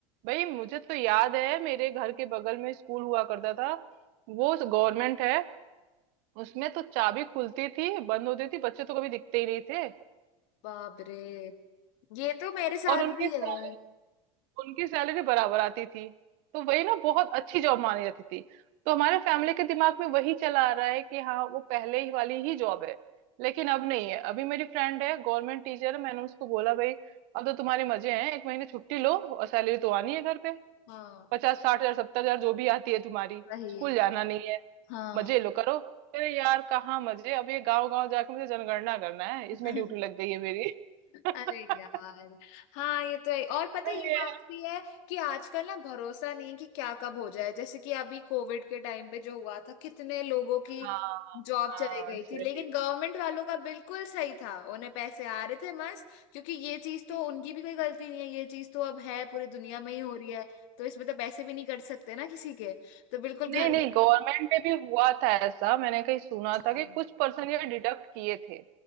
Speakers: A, on the right; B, on the left.
A: भाई मुझे तो याद है मेरे घर के बगल में स्कूल हुआ करता था वो गवर्नमेंट है उसमें तो चाबी खुलती थी बंद होती थी बच्चे तो कभी दिखते ही नहीं थे
B: बाप रे ये तो मेरे साथ
A: और उनकी
B: भी
A: सैलरी
B: है
A: उनकी सैलरी बराबर आती थी तो वही ना बहुत अच्छी जॉब मानी जाती थी तो हमारे फैमिली के दिमाग में वही चला आ रहा है कि हाँ वो पहले ही वाली ही जॉब है लेकिन अब नहीं है अभी मेरी फ्रेंड है गवर्नमेंट टीचर है मैंने उसको बोला भाई अब तो तुम्हारे मजे हैं एक महीने छुट्टी लो और सैलरी तो आनी है घर पे
B: हाँ
A: पचास साठ हजार सत्तर हजार जो भी आती है तुम्हारी
B: वही
A: स्कूल जाना नहीं है
B: हाँ
A: मजे लो करो अरे यार कहाँ मजे अब ये गाँव गाँव जाके मुझे जनगणना करना है
B: <laughs>
A: इसमें ड्यूटी लग गई है मेरी <laughs>
B: अरे यार हाँ ये तो है और पता है ये
A: ये
B: बात
A: है।
B: भी है कि आजकल ना भरोसा नहीं है कि क्या कब हो जाए जैसे कि अभी कोविड के टाइम पे जो हुआ था कितने लोगों की
A: हाँ
B: जॉब
A: हाँ
B: चली गई
A: सही
B: थी लेकिन गवर्नमेंट वालों का बिल्कुल सही था उन्हें पैसे आ रहे थे मस्त क्योंकि ये चीज तो उनकी भी कोई गलती नहीं है ये चीज तो अब है पूरी दुनिया में ही हो रही है तो इसमें तो पैसे भी नहीं कट सकते ना किसी के तो बिल्कुल
A: नहीं
B: घर
A: नहीं
B: में
A: गवर्नमेंट में भी हुआ था ऐसा मैंने कहीं सुना
B: अच्छा।
A: था कि कुछ पर्सन ये डिडक्ट किए थे